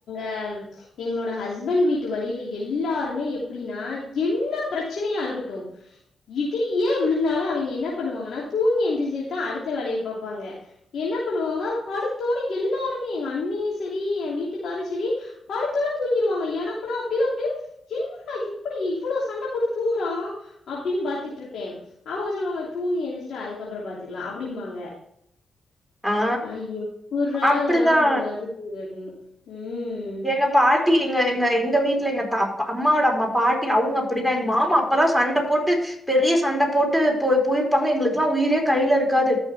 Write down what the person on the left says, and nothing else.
ஆ எங்களோட ஹஸ்பண்ட் வீட்டு வழியில எல்லாருமே எப்டின்னா என்ன பிரச்சனையா இருக்கட்டு இடியே விழுந்தாலு அவிங்க என்ன பண்ணுவாங்கன்னா தூங்கி எந்திரிச்சுட்டு தா அடுத்த வேலையே பாப்பாங்க என்ன பண்ணுவாங்க படுத்தோனே எல்லாருமே எ அண்ணியு சேரி எ வீட்டுக்காரு சேரி படுத்தானே தூங்கிருவாங்க எனக்குன்னா அப்டியே அப்டி என்னடா இப்டி இவ்ளோ சண்ட போட்டு தூங்குறா அப்டின்னு பாத்துட்டு இருப்பே அவுங்க சொல்லுவாங்க தூக்கி ஏத்திச்சுட்டு அதுக்கப்றோ பாத்துக்கலா அப்டிம்பாங்க
நா எப்புறா
இதெல்லா உங்களுக்கு வருது அப்டினு ம்